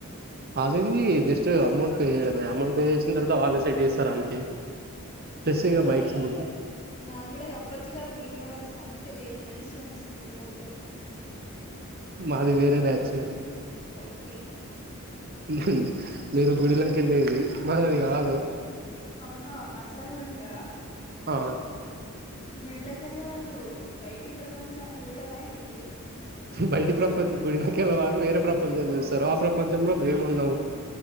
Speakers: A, on the right (about 45°); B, on the left (about 30°).
A: అదేంది జస్ట్ అమౌంట్ పే చేయడమే అమౌంట్ పే చేసిన తర్వాత వాళ్ళే సెట్ చేస్తారు అంతే
B: ఓకే
A: ప్లస్ ఇగ
B: మరి
A: బైక్స్ బుక్
B: నాకు కూడా చెప్పచ్చు కదా నేను కూడా వస్తాను తిలే ఫ్రెండ్స్ ఫ్రెండ్స్ మీరు పోతారు
A: మాదివే బ్యాచ్
B: ఓకే
A: ఊహూ మీరు గుడిలోకి వెళ్ళేది మనది కాదు
B: ఆహా అట్లా కూడా ఉంటదా
A: ఆ
B: గుడిలోకి వెళ్ళే వాళ్ళు బయటి ప్రపంచానికి చూడరా ఏంది
A: బయటి ప్రపంచం గుడినకెళ్ళవాళ్ళు వేరే ప్రపంచం చూస్తారు ఆ ప్రపంచంలో మేము ఉండము